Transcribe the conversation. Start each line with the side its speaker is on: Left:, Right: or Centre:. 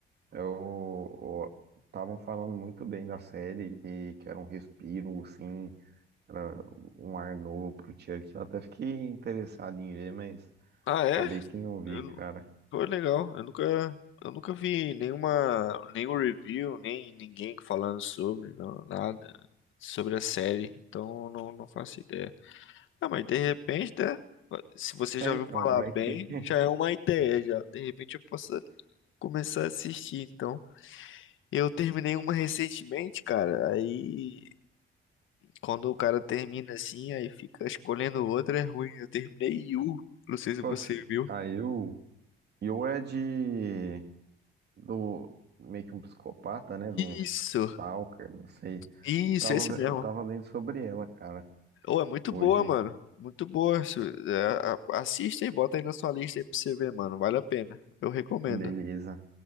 Right: eu. Estavam falando muito bem da série e que era um respiro, assim, era um ar novo pro Chuck. Eu até fiquei interessado em ver, mas.
Left: Ah, é?
Right: Acabei que não vi,
Left: Eu não-
Right: cara.
Left: Foi legal. Eu nunca eu nunca vi nenhuma nenhum review, nem ninguém falando sobre, não, nada sobre a série. Então eu não não faço ideia. Ah, mas de repente, né? Se você
Right: É,
Left: já ouviu
Right: então,
Left: falar
Right: vai
Left: bem,
Right: que. <laughs>
Left: já é uma ideia, já. De repente eu posso começar a assistir, então. Eu terminei uma recentemente, cara. Aí, quando o cara termina assim, aí fica escolhendo outra, é ruim. Eu terminei Yu. Não sei se
Right: Qual
Left: você
Right: que-
Left: viu.
Right: A Yu. Yu é de. Do. Meio que um psicopata, né? De um stalker,
Left: Isso,
Right: não sei.
Left: isso,
Right: Tava,
Left: esse
Right: ve-
Left: mesmo.
Right: eu tava lendo sobre ela, cara.
Left: Oh, é muito
Right: Hoje.
Left: boa, mano. Muito boa. Su- é, a- Assista e bota aí na sua lista aí pra você ver, mano. Vale a pena. Eu recomendo.
Right: Beleza.